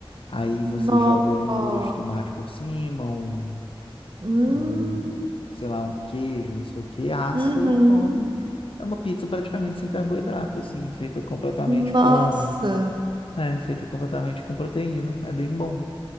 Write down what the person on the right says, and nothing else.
Nossa.
Hum,
uhum.
Nossa,